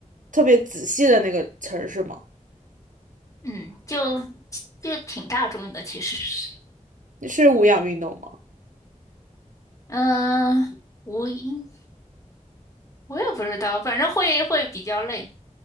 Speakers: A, on the right; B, on the left.
A: 特别仔细的那个词儿是吗？
B: 嗯，就就挺大众的，其实是，
A: 是无氧运动吗？
B: 嗯、无音，我也不知道，反正会会比较累，